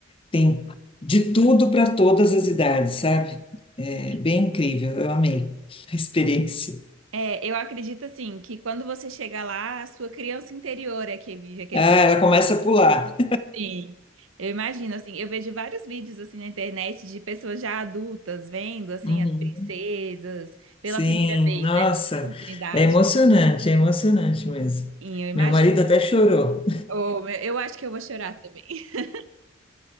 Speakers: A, on the left (about 25°); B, on the right (about 80°).
A: tem de tudo para todas as idades, sabe? É
B: assim,
A: bem incrível, eu amei a <laughs> experiência.
B: é, eu acredito, assim, que quando você chega lá, a sua criança interior é que vive aquele
A: Ah,
B: momento.
A: ela começa a pular.
B: Sim. Eu imagino, assim, eu vejo vários vídeos, assim, na internet de pessoas já adultas vendo, assim,
A: <laughs>
B: as princesas pela
A: Sim,
B: primeira vez,
A: nossa,
B: né? Oportunidade.
A: é emocionante, é emocionante mesmo.
B: E eu imagino.
A: Meu marido até chorou.
B: Oh, meu- eu acho que eu vou chorar também. <laughs>